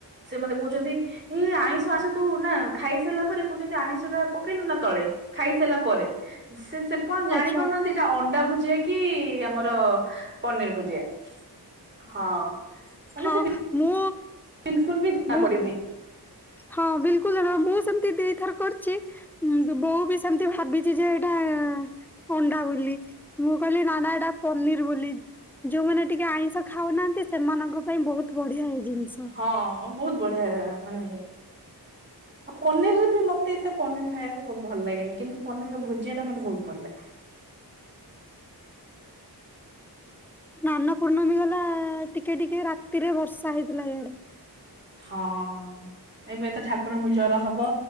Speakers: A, on the right; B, in the centre.
A: ସେ ମତେ କହୁଛନ୍ତି ଏଇ ଆଇଁଷ ଆଇଁଷ ତୁ ନା ଖାଇସାଇଲା ପରେ କହୁଛନ୍ତି ଆଇଁଷ ଟା ପକେଇଲୁ ନା ତଳେ। ଖାଇସାରିଲା ପରେ ସେ ସେପନ୍ତ ଜାଣି
B: ଆଚ୍ଛା।
A: ପାରୁନାହାନ୍ତି ଏଟା ଅଣ୍ଡା ଭୁଜିଆ କି ଆମର ପନିର ଭୁଜିଆ ହଁ। ମାନେ
B: ହଁ
A: ସେ
B: ମୁଁ
A: ବିଲକୁଲ ବି ଜଣାପଡିବନି।
B: ମୁଁ ହଁ ବିଲକୁଲ ଜଣା ମୁଁ ସେମତି ଦିଥର କରିଚି ହୁଁ ବୋଉ ବି ସେମତି ଭାବିଚି ଯେ ଏଇଟା ଅଣ୍ଡା ବୋଲି। ମୁଁ କହିଲି ନା ନା ଏଟା ପନିର ବୋଲି ଯୋଉମାନେ ଟିକେ ଆଇଁଷ ଖାଉନାହାଁନ୍ତି ସେମାନଙ୍କ ପାଇଁ ବହୁତ ବଢିଆ ଏ ଜିନିଷ।
A: ହଁ ବହୁତ ବଢିଆ ମାନେ ଆଉ ପନିରରେ ବି ମତେ ଏତେ ପନିର ଖାଇଆକୁ ଭ ଭଲ ଲାଗେନି କିନ୍ତୁ ପନିରର ଭୁଜିଆଟା ମତେ ବହୁତ ଭଲ ଲାଗେ।
B: ସ୍ନାନପୂର୍ଣ୍ଣମୀ ଗଲା ଟିକେ ଟିକେ ରାତିରେ ବର୍ଷା ହେଇଥିଲା ଇଆଡେ।
A: ହଁ। ଏବେ ତ ଠାକୁରଙ୍କୁ ଜର ହବ